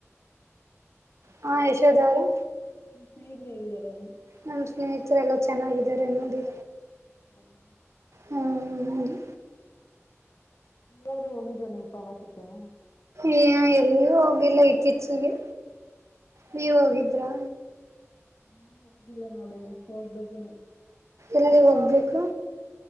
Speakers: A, on the right; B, on the left.
A: ಹಾ ಯಶೋಧ ಅವ್ರೆ
B: ಸ್ನೇಹಿತರು ಹೇಗಿದ್ದಾರೆ
A: ನಮ್ ಸ್ನೇಹಿ ಈತ್ರ ಎಲ್ಲ ಚೆನ್ನಾಗಿದ್ದಾರೆ ನೋಡಿ
B: ಹ್ಮ
A: ಹ್ಮ್
B: ನೀವಾದ್ರೂ ಹೋಗಿದ್ರ ನೀವು ಪ್ರವಾಸಕ್ಕೆ
A: ಈ ಎಲ್ಲೂ ಹೋಗಿಲ್ಲ ಇತ್ತೀಚೆಗೆ ನೀವ್ ಹೋಗಿದ್ರಾ
B: ಹ ಹೋಗಿಲ್ಲ ನೋಡೇ ಹೋಗ್ಬೇಕಿನ್ನು
A: ಎಲ್ಲಿ ಹೋಗ್ಬೇಕು